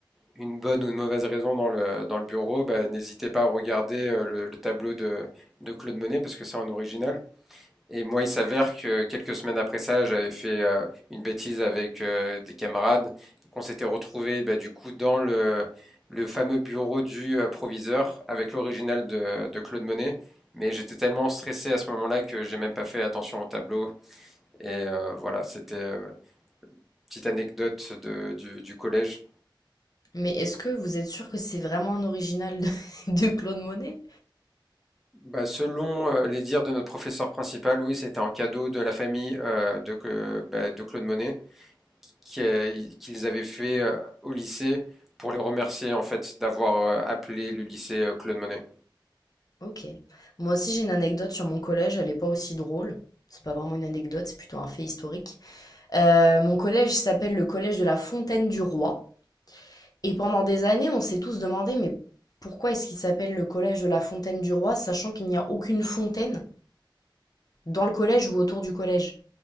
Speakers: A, in the centre; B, on the left.
A: une bonne ou une mauvaise raison dans le, dans le bureau, bah, n'hésitez pas à regarder euh, le, le tableau de, de Claude Monet parce que c'est en original. Et moi, il s'avère que quelques semaines après ça, j'avais fait euh, une bêtise avec euh, des camarades qu'on s'était retrouvés bah, du coup dans le, le fameux bureau du euh, proviseur avec l'original de, de Claude Monet. Mais j'étais tellement stressé à ce moment-là que j'ai même pas fait attention au tableau. Et euh, voilà, c'était euh, petite anecdote de, du, du collège.
B: Mais est-ce que vous êtes sûr que c'est vraiment un original de <laughs> de Claude Monet?
A: Bah, selon euh, les dires de notre professeur principal, oui, c'était un cadeau de la famille euh, de, que- bah, de Claude Monet qui, euh, qu'ils avaient fait euh, au lycée pour les remercier en fait d'avoir euh, appelé le lycée euh, Claude Monet.
B: OK. Moi aussi, j'ai une anecdote sur mon collège, elle est pas aussi drôle. C'est pas vraiment une anecdote, c'est plutôt un fait historique. Heu, mon collège s'appelle le collège de la Fontaine du Roi et pendant des années, on s'est tous demandé: «Mais pourquoi est-ce qu'il s'appelle le collège de la Fontaine du Roi?» sachant qu'il n'y a aucune fontaine dans le collège ou autour du collège.